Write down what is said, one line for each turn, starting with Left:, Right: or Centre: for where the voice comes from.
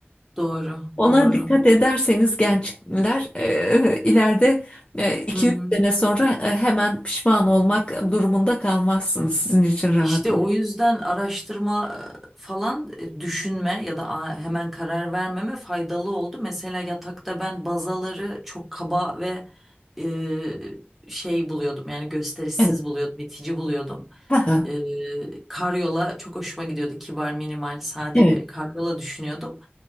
Centre: Doğru,
Left: Ona
Centre: doğru.
Left: dikkat ederseniz gençler e, <laughs> ileride iki
Centre: Hı hı.
Left: üç sene sonra e, hemen pişman olmak durumunda kalmazsınız. Sizin için rahat
Centre: İşte
Left: ol.
Centre: o yüzden araştırma e, falan e, düşünme ya da a- hemen karar vermeme faydalı oldu. Mesela yatakta ben bazaları çok kaba ve e, şey buluyordum yani gösterişsiz
Left: Evet.
Centre: buluyordum, itici buluyordum.
Left: Evet.
Centre: E, karyola çok hoşuma gidiyordu. Kibar, minimal, sade
Left: <laughs> Evet.
Centre: bir karyola düşünüyordum.